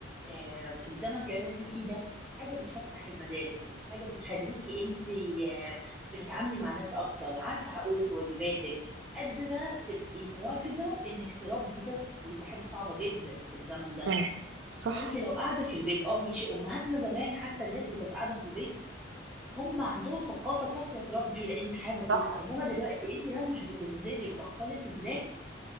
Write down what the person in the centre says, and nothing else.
آه، في الزمن كمان اللي احنا فيه ده حاجه بتفتح المدارك حاجه بتخليكي انت آه، بتتعاملي مع ناس اكتر عارفه حقوقك وواجباتك قادره تبقي مواجبه انك تربي طفل ودي حاجه صعبه جدا في الزمن ده
فانت لو قاعده في البيت اه ماشي امهاتنا زمان حتى الناس اللي كانت قاعده في البيت هم عندهم ثقافه كافيه تربي لان الحياه بسيطه
انما دلوقتي انت لو مش بتنزلي وتختلطي بناس